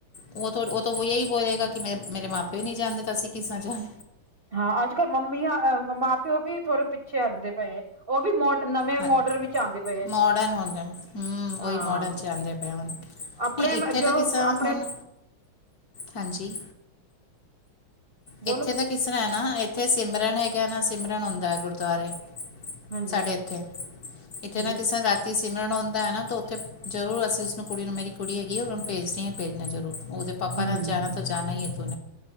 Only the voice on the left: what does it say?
ਉਹ ਉਹ ਤੋਂ ਇਹੀ ਬੋਲਹੇਗਾ ਕਿ ਮੇ ਮੇਰੇ ਮਾਂ ਪਿਓ ਨਹੀਂ ਜਾਣਦੇ ਤਾਂ ਅਸੀਂ ਕਿਸ ਨਾਲ੍ਹਾਂ ਜਾ।
ਹਾਂਜੀ
ਮੋਡਰਨ ਹੁੰਦਾ ਹੂੰ ਉਹੀ
ਮੋਡਰਨ 'ਚ ਆਂਦੇ ਪਏ ਹੁਣ ਨਹੀਂ
ਇੱਥੇ
ਤਾਂ ਕਿਸਾਂ
ਹੁਣ ਹਾਂਜੀ।
ਇੱਥੇ
ਤਾਂ ਕਿਸ ਤਰ੍ਹਾਂ ਹੈ ਨਾ ਇੱਥੇ ਸਿਮਰਨ ਹੈਗਾ ਨਾ ਸਿਮਰਨ ਹੁੰਦਾ ਹੈ ਗੁਰਦੁਆਰੇ।
ਸਾਡੇ ਇੱਥੇ ਇੱਥੇ
ਨਾ ਕਿਸੇ। ਧ ਸਿਮਰਨ ਆਉਂਦਾ ਹੈ ਨਾ ਤਾਂ ਉੱਥੇ ਜ਼ਰੂਰ ਅਸੀਂ ਉਸਨੂੰ ਕੁੜੀ ਨੂੰ ਮੇਰੀ ਕੁੜੀ ਹੈਗੀ ਆ ਉਹਨਾਂ ਨੂੰ ਭੇਜਦੀ ਹਾਂ ਭੇਜਣਾ ਜ਼ਰੂਰ ਉਹਦੇ। ਪਪਾ
ਨਾਲ ਜਾਣਾ ਤਾਂ ਜਾਣਾ ਹੀਈ ਤੂੰ